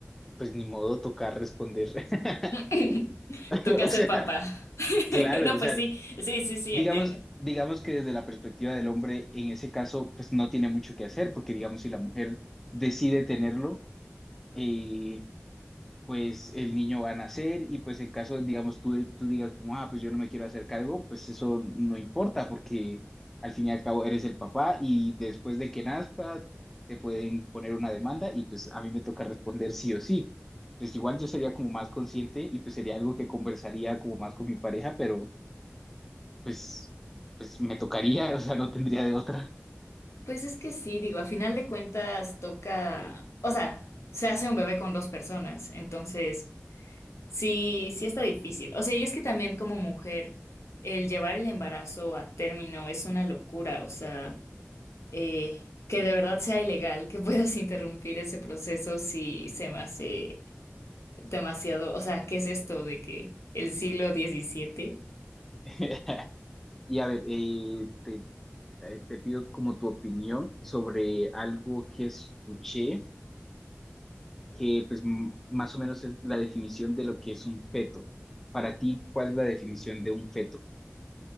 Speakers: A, in the centre; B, on the left.
A: pues ni modo tocar responder.
B: <laughs>
A: <laughs>
B: Toca
A: O
B: ser
A: sea,
B: papá. <laughs>
A: claro,
B: No,
A: o
B: pues
A: sea,
B: sí, sí, sí, sí,
A: digamos,
B: entiendo.
A: digamos que desde la perspectiva del hombre, en ese caso, pues no tiene mucho que hacer, porque digamos, si la mujer decide tenerlo, eh, pues el niño va a nacer y pues en caso, digamos, tú, tú digas como, ah, pues yo no me quiero hacer cargo, pues eso no importa porque al fin y al cabo eres el papá y después de que nazca te pueden poner una demanda y pues a mí me toca responder sí o sí. Pues igual yo sería como más consciente y pues sería algo que conversaría como más con mi pareja, pero pues, pues me tocaría, <laughs> o sea, no tendría de otra.
B: Pues es que sí, digo, a final de cuentas toca, o sea, se hace un bebé con dos personas, entonces sí, sí está difícil. O sea, y es que también como mujer, el llevar el embarazo a término es una locura, o sea, eh, que de verdad sea ilegal, que puedas <laughs> interrumpir ese proceso si se me hace... demasiado, o sea, ¿qué es esto de que el siglo diecisiete?
A: <laughs> Y a ver, eh, te, eh, te pido como tu opinión sobre algo que escuché que pues m- más o menos es la definición de lo que es un feto. Para ti, ¿cuál es la definición de un feto?